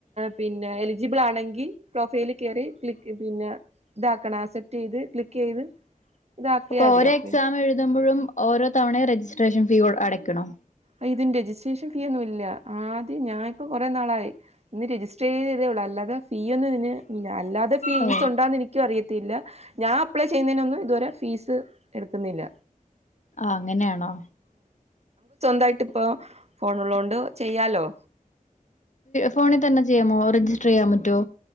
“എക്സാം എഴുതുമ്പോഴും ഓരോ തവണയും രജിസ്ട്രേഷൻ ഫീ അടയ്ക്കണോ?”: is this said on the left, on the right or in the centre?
Left